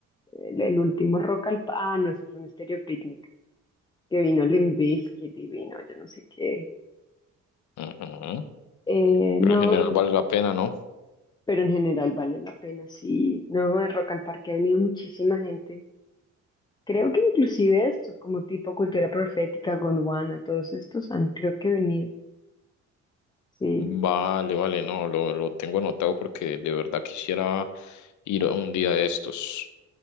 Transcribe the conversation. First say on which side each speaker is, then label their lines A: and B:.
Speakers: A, on the left (about 15°); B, on the left (about 70°).
A: el, el último Rock al Pa- ah, no, eso fue un Estéreo Picnic, que vino Limp Bizkit y vino, yo no sé qué.
B: Ujú.
A: Eh,
B: Pero
A: no,
B: en general vale la pena, ¿no?
A: pero en general vale la pena, sí. No, el Rock al Parque ha venido muchísima gente. Creo que inclusive estos, como tipo Cultura Profética, Gondwana, todos estos han, creo que venido, sí.
B: Vale, vale, no, lo, lo tengo anotado porque de verdad quisiera ir a un día de estos.